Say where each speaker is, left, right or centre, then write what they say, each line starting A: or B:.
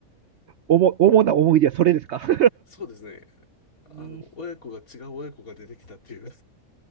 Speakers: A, on the right; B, on the left.
A: おも、主な思い出はそれですか。<laughs>
B: そうですね。あの、
A: うん
B: 親子が違う親子が出てきたっていう。